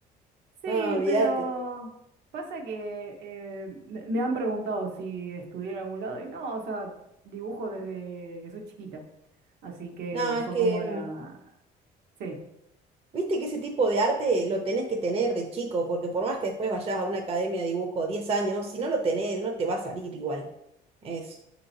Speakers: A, on the right (about 85°); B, on the right (about 35°).
A: sí,
B: No, olvídate.
A: pero pasa que eh, me me han preguntado si estudié en algún lado y no, o sea, dibujo desde que soy chiquita. Así que
B: No, es
A: fue
B: que
A: como
B: mm,
A: la... Sí.
B: Viste que ese tipo de arte lo tenés que tener de chico, porque por más que después vayas a una academia de dibujo 10 años, si no lo tenés, no te va a salir igual. Es,